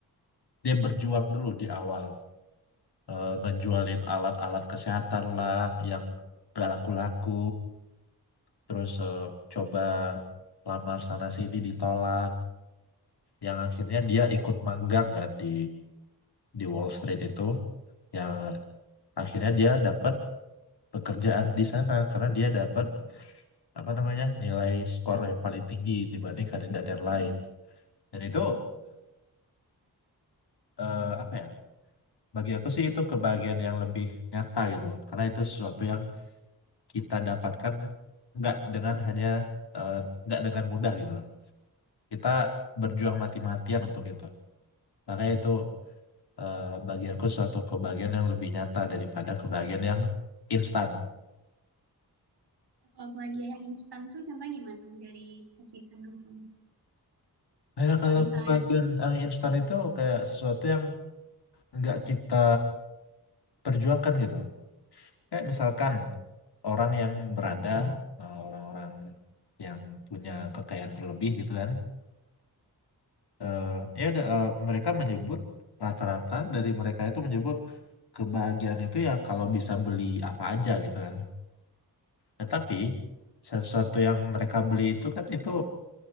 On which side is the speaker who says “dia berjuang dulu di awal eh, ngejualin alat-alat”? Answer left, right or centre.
Left